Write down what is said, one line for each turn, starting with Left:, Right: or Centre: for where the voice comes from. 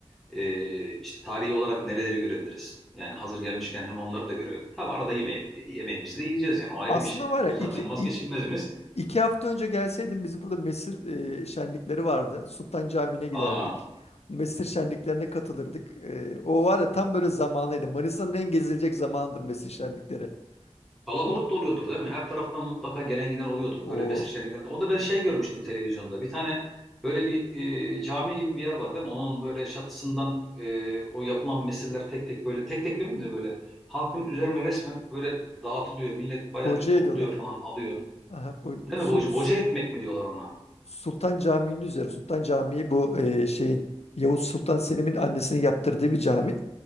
Centre: e, işte tarihi olarak nereleri görebiliriz? Yani hazır gelmişken hem onları da görelim. Tabi arada yemeği de, yemeğimizi de yiyeceğiz yani o ayrı
Left: Aslında
Centre: bir şey yani.
Left: var ya
Centre: O
Left: iki,
Centre: zaten vazgeçilmezimiz.
Left: i- İki hafta önce gelseydin bizim burada Mesir e, şenlikleri vardı. Sultan Camii'ne giderdik.
Centre: Aa
Left: Mesir şenliklerine katılırdık. E, o var ya tam böyle zamanıydı. Manisa'nın en gezilecek zamanıdır Mesir şenlikleri.
Centre: Kalabalık
Left: Onu,
Centre: da oluyordur değil mi? Her taraftan mutlaka gelen giden oluyordur.
Left: o
Centre: Böyle mesir şenliklerinde. Onda ben şey görmüştüm televizyonda. Bir tane böyle bir e, cami gibi bir yer var değil mi? Onun böyle çatısından e, o yapılan mesirler tek tek böyle tek tek demeyeyim de böyle halkın üzerine resmen böyle dağıtılıyor. Millet bayağı
Left: hoca
Centre: bir topluyor
Left: ediyorlar.
Centre: falan alıyor.
Left: Aha, o,
Centre: Değil
Left: su,
Centre: mi? Boca, boca etmek mi diyorlar ona?
Left: Sultan Camii'nin üzeri. Sultan Camii bu e, şeyin Yavuz Sultan Selim'in annesinin yaptırdığı bir cami.